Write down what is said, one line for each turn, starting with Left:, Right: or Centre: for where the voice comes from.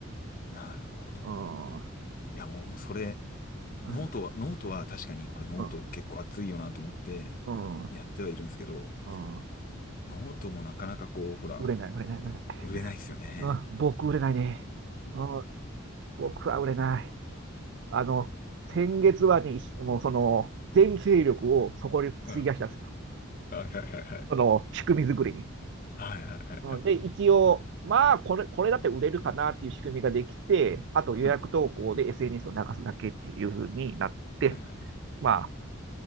Left: うん。なるほど。
Right: うん、う
Left: いや、俺もそれ、ノートは、
Right: ん、
Left: ノートは確かにこれノート結構熱いよなと思ってやってはいるんですけど、
Right: うん、うん。うん
Left: ノートもなかなかこう、ほら、
Right: 売れない、売れない、売れない。
Left: 売れないですよね。
Right: うん、僕売れないね。うん、僕は売れない。あの、先月はね、もうその、全勢力をそこに費やしたんですよ。
Left: うん。はいはいはいはい。
Right: その、仕組み作りに。
Left: はいはいはいはい。
Right: うん、で、一応、まあ、これ、これだって売れるかなっていう仕組みができて、あと予約投稿で
Left: うんは
Right: SNS を流すだけっていうふうになって、
Left: いはいはい
Right: ま